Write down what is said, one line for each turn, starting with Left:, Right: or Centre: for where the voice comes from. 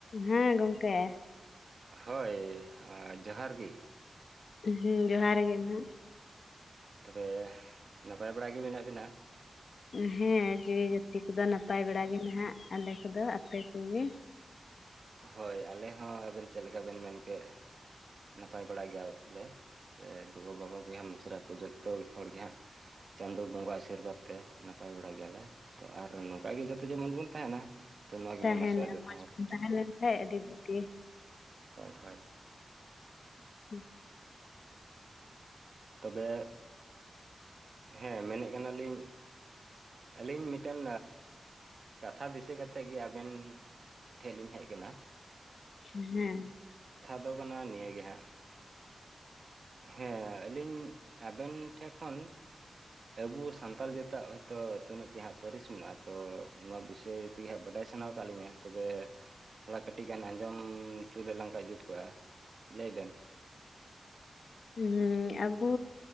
Left: ᱦᱮᱸ ᱜᱚᱝᱠᱮ
Right: ᱦᱳᱭ ᱟᱸ ᱡᱚᱦᱟᱨ ᱜᱮ᱾
Left: ᱦᱮᱸ ᱡᱚᱦᱟᱨ ᱜᱮ ᱱᱟᱦᱟᱜ᱾
Right: ᱛᱚᱵᱮ ᱱᱟᱯᱟᱭ ᱵᱟᱲᱟ ᱜᱮ ᱢᱮᱱᱟᱜ ᱵᱤᱱᱟ?
Left: ᱦᱮᱸ ᱡᱤᱣᱤ ᱡᱟᱹᱛᱤ ᱠᱚᱫᱚ ᱱᱟᱯᱟᱭ ᱵᱟᱲᱟ ᱜᱮ ᱱᱟᱦᱟᱜ ᱟᱞᱮ ᱠᱚᱫᱚ ᱟᱯᱮ ᱠᱚᱜᱮ?
Right: <inaudible> ᱦᱳᱭ ᱟᱞᱮ ᱦᱚᱸ ᱟᱵᱮᱱ ᱪᱮᱫ ᱞᱮᱠᱟ ᱵᱮᱱ ᱢᱮᱱ ᱠᱮᱜ? ᱱᱟᱯᱟᱭ ᱵᱟᱲᱟ ᱜᱮᱭᱟᱞᱮ ᱥᱮ ᱜᱚᱜᱚᱼᱵᱟᱵᱟ ᱵᱚᱭᱦᱟ ᱢᱤᱥᱨᱟ ᱠᱚ ᱡᱚᱛᱚ ᱦᱚᱲᱜᱮ ᱦᱟᱸᱜ᱾ ᱪᱟᱸᱫᱳ ᱵᱚᱸᱜᱟ ᱟᱥᱤᱨᱵᱟᱫᱽ ᱛᱮ ᱱᱟᱯᱟᱭ ᱵᱟᱲᱟ ᱜᱮᱭᱟᱞᱮ ᱛᱚ ᱟᱨ ᱱᱚᱝᱠᱟᱜᱮ ᱡᱟᱛᱷᱮ ᱡᱮᱢᱚᱱ ᱵᱚᱱ ᱛᱟᱦᱮᱱᱟ᱾ ᱛᱚ ᱱᱚᱣᱟ ᱜᱮᱵᱚᱱ
Left: ᱛᱟᱦᱮᱱᱟ
Right: ᱟᱥᱚᱜᱼᱟ ᱡᱚᱛᱚ
Left: ᱢᱚᱡᱽ
Right: ᱦᱚᱲ
Left: ᱛᱟᱦᱮ ᱞᱮᱱᱠᱷᱟᱡ ᱟᱹᱰᱤ ᱵᱩᱜᱤ᱾
Right: ᱦᱳᱭ ᱦᱳᱭ
Left: <unintelligible>
Right: ᱛᱚᱵᱮ ᱦᱮᱸ ᱢᱮᱱᱮᱜ ᱠᱟᱱᱟᱞᱤᱧ ᱟᱹᱞᱤᱧ ᱢᱤᱫᱴᱮᱱ ᱠᱟᱛᱷᱟ ᱫᱤᱥᱟᱹ ᱠᱟᱛᱮᱫ ᱜᱮ ᱟᱵᱮᱱ ᱴᱷᱮᱜ ᱞᱤᱧ ᱦᱮᱡ ᱟᱠᱟᱱᱟ᱾
Left: ᱦᱮᱸ
Right: ᱚᱜᱷᱱᱟ ᱱᱤᱭᱟᱹᱟᱹᱜ ᱜᱮ ᱦᱟᱸᱜ ᱦᱮᱸ ᱟᱹᱞᱤᱧ ᱟᱵᱮᱱ ᱴᱷᱮᱱ ᱠᱷᱚᱱ ᱟᱵᱳ ᱥᱟᱱᱛᱟᱞ ᱡᱟᱹᱛᱟᱜ ᱦᱚᱭᱛᱳ ᱛᱤᱱᱟᱹᱜ ᱴᱤ ᱦᱟᱸᱜ ᱯᱟᱹᱨᱤᱥ ᱢᱮᱱᱟᱜᱼᱟ ᱛᱚ ᱱᱚᱣᱟ ᱵᱤᱥᱚᱭ ᱛᱤ ᱦᱟᱸᱜ ᱵᱟᱰᱟᱭ ᱵᱟᱲᱟᱭ ᱥᱟᱱᱟ ᱠᱟ ᱞᱤᱧᱟᱹ ᱛᱚᱵᱮ ᱛᱷᱚᱲᱟ ᱠᱟᱹᱴᱤᱡ ᱜᱟᱱ ᱟᱸᱡᱚᱢ ᱪᱩ ᱞᱮ ᱞᱟᱝ ᱠᱷᱟᱭ ᱡᱩᱛ ᱠᱚᱜᱼᱟ᱾ ᱞᱟᱹᱭ ᱵᱮᱱ
Left: ᱦᱩᱸ ᱟᱵᱚ